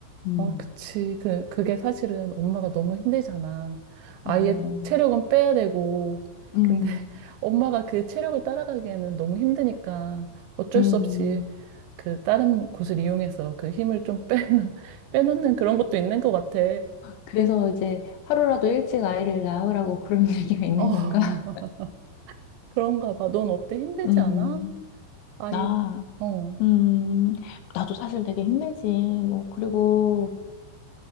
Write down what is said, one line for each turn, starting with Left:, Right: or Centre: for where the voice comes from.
Left: 음,
Right: 어, 그치. 그, 그게 사실은 엄마가 너무 힘들잖아. 아이의
Left: 어,
Right: 체력은 빼야 되고.
Left: 음,
Right: 근데 <laughs> 엄마가 그 체력을 따라가기에는 너무 힘드니까 어쩔
Left: 음.
Right: 수 없이 그 다른 곳을 이용해서 그 힘을 좀 빼놓, <laughs> 빼놓는 그런 것도 있는 것 같아.
Left: 그래서 이제 하루라도 일찍 아이를 낳으라고 그런 <laughs> 얘기가 있는
Right: 어,
Left: 건가?
Right: <laughs> 그런가 봐. 넌 어때? 힘들지
Left: 음,
Right: 않아? 아이,
Left: 나.
Right: 어,
Left: 음, 나도 사실 되게 힘들지. 뭐, 그리고